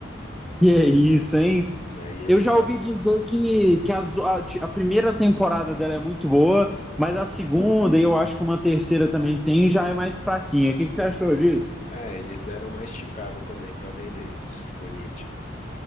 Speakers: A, in the centre; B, on the left.
A: E é isso, hein?
B: E aí ele
A: Eu já
B: tá,
A: ouvi dizer que, que as- a, a primeira temporada dela é muito boa, mas a segunda, e eu acho que uma terceira também tem, já é mais fraquinha. O que, que você achou disso?
B: é, eles deram uma esticada também pra vender. Isso ficou nítido.